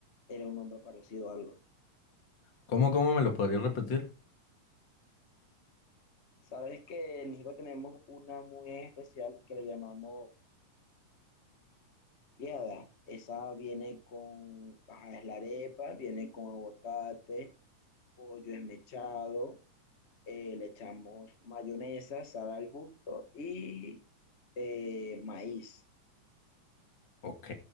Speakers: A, on the left; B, on the left.
A: era un nombre parecido a algo.
B: ¿Cómo, cómo me lo podrías repetir?
A: Sabes que nosotros tenemos una muy especial que le llamamos piada. Esa viene con, ajá, es la arepa, viene con aguacate, pollo esmechado, eh, le echamos mayonesa, sal al gusto y eh, maíz,
B: Ok,